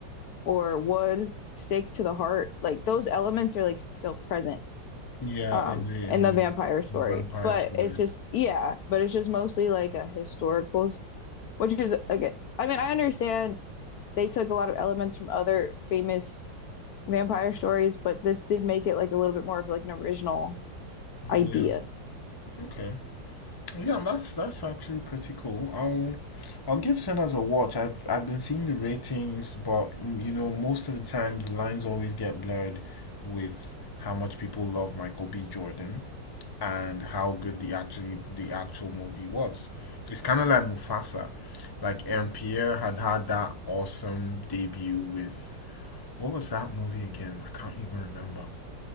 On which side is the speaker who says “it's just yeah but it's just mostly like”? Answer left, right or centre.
Left